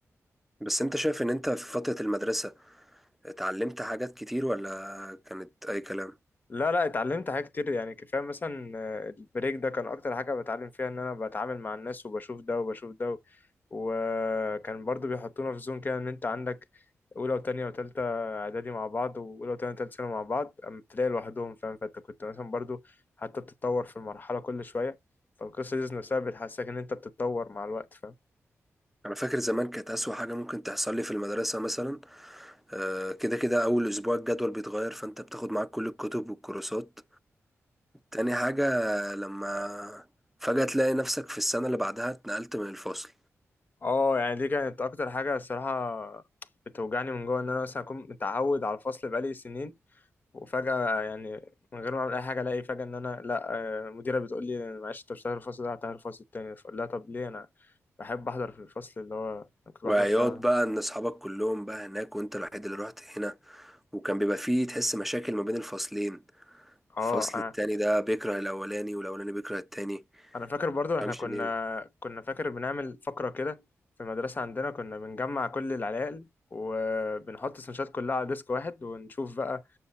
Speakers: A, in the centre; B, on the left.
A: بس انت شايف ان انت في فترة المدرسة اتعلمت حاجات كتير ولا كانت اي كلام
B: لا لا اتعلمت حاجات كتير يعني كفايه مثلا آه، البريك ده كان اكتر حاجه بتعلم فيها ان انا بتعامل مع الناس وبشوف ده وبشوف ده و- وكان برضو بيحطونا في زون كده ان انت عندك اولى وتانية وتالتة اعدادي مع بعض واولى وتانية وتالتة ثانوي مع بعض اما بتلاقي لوحدهم فاهم فانت كنت مثلا برضو حتى بتتطور في المرحله كل شويه فالقصه دي نفسها بتحسسك ان انت بتتطور مع الوقت فاهم
A: انا فاكر زمان كانت اسوأ حاجة ممكن تحصل لي في المدرسة مثلا آه، كده كده اول اسبوع الجدول بيتغير فانت بتاخد معاك كل الكتب والكورسات تاني حاجة لما فجأة تلاقي نفسك في السنة اللي بعدها اتنقلت من الفصل
B: اه يعني دي كانت اكتر حاجه الصراحه بتوجعني من جوه ان انا مثلا اكون متعود على الفصل بقالي سنين وفجأة يعني من غير ما أعمل أي حاجة ألاقي فجأة إن أنا لأ آه، مديرة بتقول لي معلش أنت مش هتحضر الفصل ده هتحضر الفصل التاني فأقول لها طب ليه أنا بحب أحضر في الفصل اللي هو أنا كنت
A: وعياط
B: بحضر فيه على-
A: بقى ان اصحابك كلهم بقى هناك وانت الوحيد اللي رحت هنا وكان بيبقى فيه تحس مشاكل ما بين الفصلين
B: أه
A: الفصل
B: أنا
A: التاني ده بيكره الاولاني والاولاني بيكره التاني
B: أنا فاكر برضو
A: مفهمش
B: إحنا كنا
A: ليه
B: كنا فاكر بنعمل فقرة كده في المدرسة عندنا كنا بنجمع كل العلائق وبنحط السندوتشات كلها على ديسك واحد ونشوف بقى